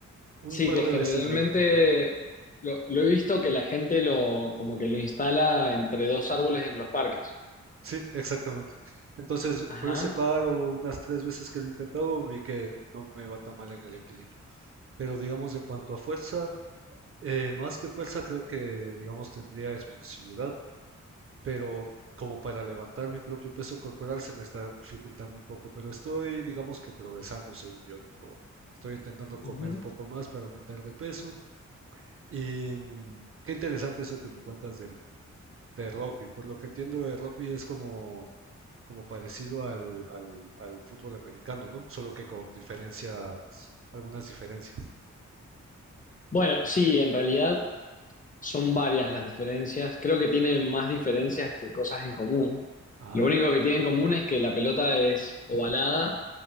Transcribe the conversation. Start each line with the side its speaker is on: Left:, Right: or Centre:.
Right: Un
Left: Sí,
Right: par
Left: que
Right: de
Left: generalmente
Right: veces lo he intentado.
Left: lo, lo he visto que la gente lo, como que lo instala entre dos árboles en los parques.
Right: Sí, exactamente. Entonces,
Left: Ajá.
Right: por ese par o unas tres veces que lo he intentado, vi que no me va tan mal en el equilibrio. Pero digamos, en cuanto a fuerza, eh, más que fuerza, creo que, digamos, tendría explosividad. Pero como para levantar mi propio peso corporal se me está dificultando un poco. Pero estoy, digamos que progresando, según yo. tipo, estoy intentando comer
Left: ujú.
Right: un poco más para aumentar de peso. Y mm, qué interesante eso que me cuentas del, de rugby. Por lo que entiendo, el rugby es como, como parecido al, al, al fútbol americano, ¿no? Solo que con diferencias, algunas diferencias.
Left: Bueno, sí, en realidad son varias las diferencias. Creo que tienen más diferencias que cosas en común.
Right: Ah,
Left: Lo único que tienen en común es que la pelota es ovalada